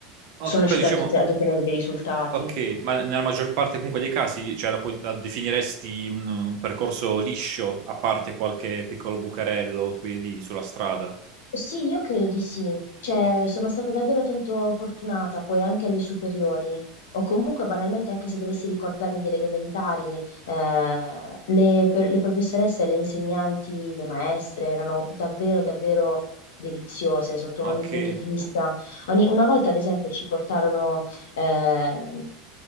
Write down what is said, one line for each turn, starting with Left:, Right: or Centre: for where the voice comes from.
Right: Ok,
Left: sono
Right: però
Left: riuscita
Right: diciamo,
Left: ad otte- ad ottenere dei risultati.
Right: ok, ma nella maggior parte comunque dei casi, cioè, la, puoi- la definiresti un, un percorso liscio, a parte qualche piccolo bucarello qui e lì sulla strada.
Left: Sì, io credo di sì. Cioè,
Right: O-
Left: sono stata davvero tanto fortunata poi anche alle superiori. O comunque, banalmente, anche se dovessi ricordarmi delle elementari, eh, le, per- le professoresse, le insegnanti, le maestre erano davvero, davvero deliziose sotto
Right: Ok.
Left: ogni punto di vista. Ogni- una volta, ad esempio, ci portarono, ehm,